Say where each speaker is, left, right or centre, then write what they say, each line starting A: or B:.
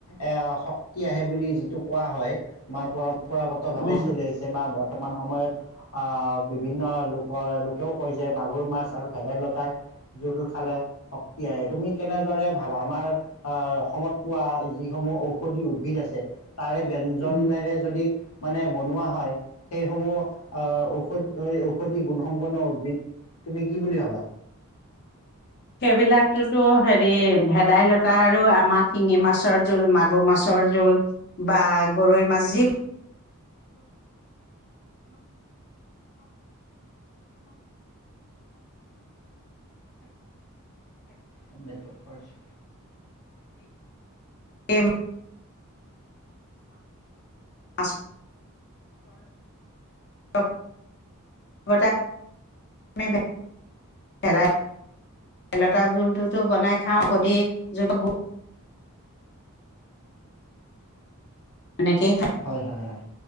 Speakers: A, on the left; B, on the left.
A: এ শক্তি আহে বুলি যিটো কোৱা হয় মাৰ পৰা পৰম্পৰাগত ভাৱে
B: উম
A: চলি আহিছে বা বৰ্তমান সময়ত আহ বিভিন্ন লোকৰ লোকেও কয় যে মাগুৰ মাছ আৰু ভেদাইলতাৰ জোল খালে শক্তি আহে তুমি কেনেদৰে ভাৱা আমাৰ আহ অসমত পোৱা যিসমূহ ঔষধি উদ্ভিদ আছে তাৰে ব্যঞ্জনেৰে
B: উম
A: যদি মানে বনোৱা হয় সেইসমূহ অহ ঔষধ ঔষধি গুণসম্পন্ন উদ্ভিদ তুমি কি বুলি ভাবা?
B: সেইবিলাকতোতো হেৰি ভেদাইলতা আৰু আমাক শিঙি মাছৰ জোল মাগুৰ মাছৰ জোল বা গৰৈ মাছ যি
A: আনেটো পাৰছো
B: এম আছ টা ভ মে বে <unintelligible> ভেদাই লতা জোলটোত বনাই খাওঁ সুধি। <unintelligible> হেনেকে
A: হয় হয় হয়।